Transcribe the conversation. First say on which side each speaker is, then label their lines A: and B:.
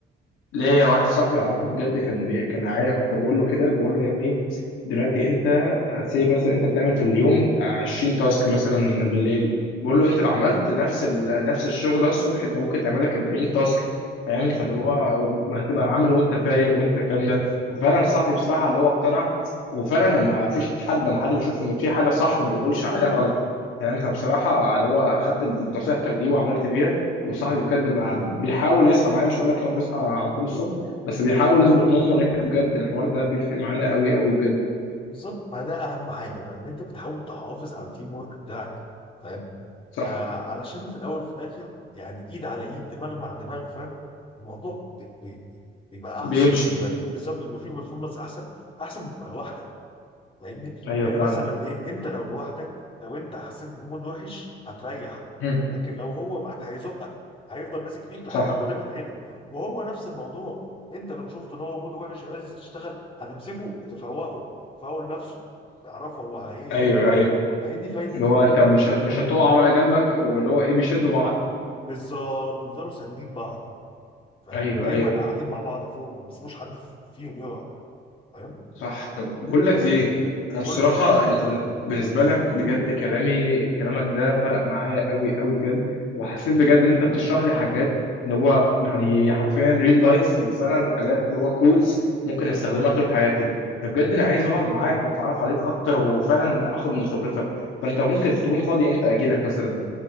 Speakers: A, on the left (about 90°); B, on the left (about 25°).
A: ليا واحد صاحبي اعرفه بجد كان بي... كان عايق كنت بقول له كده بقول له يا ابني دلوقتي انت سي مثلا انت بتعمل في اليوم 20 تاسك مثلا بالليل بقول له انت لو عملت نفس ال... نفس الشغل ده الصبح انت ممكن تعمل لك 40 تاسك فاهم فاللي هو وهتبقى عامل وانت فايق وانت الكلام ده وفعلا صاحبي بصراحه اللي هو اقتنع وفعلا لما فيش حد لما حد بيشوف ان في حاجه صح ما بيقولش عليها غلط فاهم فبصراحه اللي هو خدت نصيحتك دي وعملت بيها وصاحبي بجد بيحاول يصحى معايا مش هقول لك ان هو بيصحى على طول الصبح بس بيحاول يظبط نومه ان احنا بجد الحوار ده بيفرق معانا قوي قوي بجد
B: بالظبط ما ده اهم حاجه بقى ان انت بتحاول تحافظ على التيم ورك بتاعك فاهم
A: صح
B: آه علشان في الاول وفي الاخر يعني ايد على ايد دماغ مع دماغ فاهم الموضوع بي- بي- بيبقى
A: بيمشي
B: احسن بيبقى- بالظبط بيبقى فيه بيرفورمانس احسن احسن ما تبقى لوحدك فاهمني
A: ايوه
B: يعني
A: فعلا
B: مثلا ايه انت لو لوحدك لو انت حسيت بمود وحش هتريح
A: مم.
B: لكن لو هو معاك هيزقك هيفضل ماسك فيك لحد
A: صح
B: ما مودك يتعدل وهو نفس الموضوع انت لو شفت ان هو مود وحش وعايز تشتغل هتمسكه تفوقه تفول نفسه تعرفه هو على ايه
A: ايوه
B: فاهم
A: ايوه
B: فهي دي فايده
A: اللي هو
B: ال-
A: انت مش مش هتقع وانا جنبك واللي هو ايه بيشدوا بعض
B: بالظبط بيفضلوا ساندين بعض فاهم
A: ايوه
B: دايما
A: ايوه
B: قاعدين مع بعض فوق ما بيسيبوش حد فيهم يقع فاهم
A: صح طب بقول لك
B: فهي
A: ايه انا
B: قول
A: بصراحه
B: لي
A: انت بال- بالنسبه لك بجد كلامي كلامك ده فرق معايا قوي قوي بجد وحسيت بجد ان انت بتشرح لي حاجات اللي هو يعني حرفيا ريل لايف وفعلا حاجات اللي هو كوتس ممكن استخدمها طول حياتي فبجد انا عايز اقعد معاك واتعرف عليك اكتر وفعلا اخد من خبرتك فانت ممكن تكون فاضي امتى اجي لك مثلا